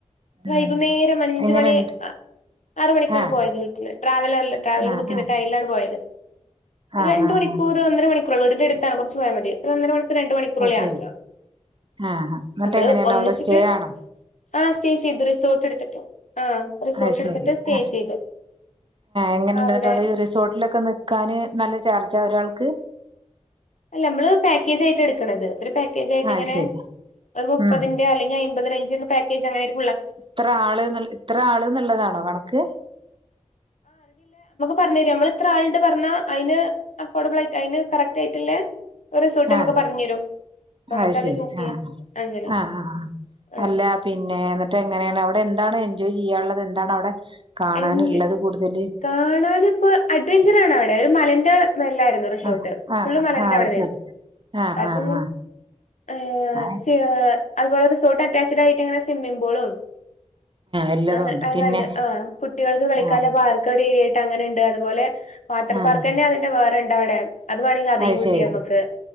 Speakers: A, on the left (about 75°); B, on the right (about 45°).
A: വൈകുന്നേരം
B: ഉം
A: അഞ്ചുമണി
B: എങ്ങനെണ്ട്
A: ആറുമാണിക്കാണ്
B: ആഹ്
A: പോയത് വീട്ടുന്ന ട്രാവല്ലെർ
B: ആഹ്
A: ബുക്ക്‌ ചെയ്തിട്ട്
B: ആഹ്
A: അതിലാണ് പോയാത്
B: ആഹ്
A: രണ്ട്
B: ആഹ് ആഹ്
A: മണിക്കൂർ ഒന്നര മണിക്കൂർ വീടിന്റെ അടുത്താണ് കൊറച് പോയമതി ഒരു ഒന്നരമണിക്കൂർ രണ്ട് മണിക്കൂർ
B: അത് ശരി
A: യാത്രാ
B: ആഹ് എന്നിട്ട്
A: നമ്മൾ
B: എങ്ങനെയാണ്
A: ഒന്നിച്ചിട്ട്
B: അവിടെ സ്റ്റേ ആണോ
A: ആ സ്റ്റേ ചെയ്തു റിസോർട്ട് എടുത്തിട്ട് റിസോർട്ട്
B: അയ് ശെരി
A: എടുത്തിട്ട് സ്റ്റേ
B: ഏഹ്
A: ചെയ്ത്
B: എങ്ങനെ ഉണ്ട്
A: അവിടെ
B: റിസോർട്ടിലൊക്കെ നിക്കാന് നല്ല ചാർജ് ആ ഒരാൾക്ക്
A: അല്ല നമ്മൾ പാക്കേജ് ആയിട്ടാണ് എടുക്കുന്നത് ഒരു പാക്കേജ് ആയിട്ടിങ്ങനെ
B: അത് ശരി
A: ഒരു മുപ്പത്തിന്റെ
B: ഉം
A: അല്ലെങ്കിൽ അയ്ബത് റേഞ്ച് പാകേജ് ക്കേജ് അങ്ങനെട്
B: ഇത്രആള് എന്നുള്ളതാണോ കണക്ക്
A: പറഞ്ഞുതരുംനമ്മൾ ഇത്ര ആള് ഇണ്ട് പറഞ്ഞ അയിന് അഫോർഡബിൾ ആയിട്ട് അയിന് കറക്റ്റ് ആയിട്ടില്ലേ റിസോർട്ട് നമുക്ക്
B: ആ
A: പറഞ്ഞു തരും അപ്പൊ നമുക്കത്
B: അയ് ശരി
A: ചൂസ് ചെയ്യാം
B: ആ
A: അങ്ങനെ
B: ആ ആ
A: ആഹ്
B: അല്ല പിന്നെ ഇന്നിട്ട് എങ്ങനെയാണ് അവി എന്താണ് എൻജോയ് ചെയ്യാനുള്ളത് എന്താണ് അവിടെ കാണാനുള്ളത്
A: എന്ത്
B: കൂടുതല്
A: കാണാനിപ്പോ അഡ്വഞ്ചർ ആണോ അവിടെ അയ് മലന്റെ നല്ലയായിരിന്നു റിസോർട്ട്
B: ആഹ് ആഹ്
A: ഫുൾ മലന്റെ
B: ആഹ് അത്
A: അവിടെ
B: ശരി
A: ആയിരിന്നു
B: ആഹ്
A: അപ്പം
B: ആഹ്
A: എയ്
B: ആഹ്
A: ഏ <unintelligible> അതുപോലെ റിസോർട്ട് അറ്റാച്ഡ് ആയിട്ട് ഇങ്ങനെ സ്വിമ്മിംഗ് പൂളും
B: എല്ലാതും
A: അങ്ങ
B: ഇണ്ട്
A: അങ്ങണ്ട്
B: പിന്നെ
A: ആഹ് കുട്ടികൾക്ക് കളിക്കാൻ
B: ആഹ്
A: ഉള്ള പാർക്ക്‌ ക്ക് ഏരിയ ആയിട്ട് അങ്ങനെ ഇണ്ട് അതുപോലെ വാട്ടർ
B: ആഹ്
A: പാർക്ക്‌ അതിന്റെ വേറെ ഇ ണ്ടവിടെ അത്‌ വേണേൽ അത്‌
B: അത്
A: യൂസ്
B: ശരി
A: ചെയ്യ നമുക്ക്